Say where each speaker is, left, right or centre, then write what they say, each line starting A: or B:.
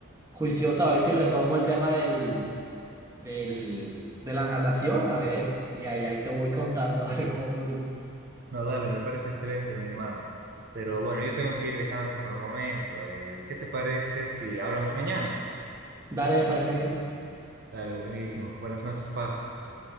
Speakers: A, on the right (about 15°); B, on the right (about 50°).
A: juicioso, a ver si retomo el tema del, del, de la natación, a ver, y ahí, ahí te voy contando, <laughs> a ver cómo fluye.
B: No, dale, me parece excelente, mi hermano. Pero bueno, yo tengo que ir dejándote por el momento. Eh, ¿qué te parece si hablamos mañana?
A: Dale, me parece bien.
B: Dale, buenísimo. Buenas noches, pa.